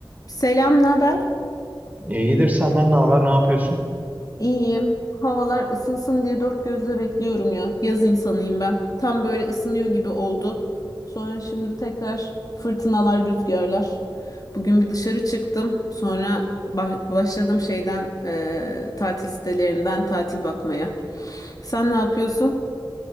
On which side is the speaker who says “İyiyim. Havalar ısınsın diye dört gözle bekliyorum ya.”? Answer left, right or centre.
Left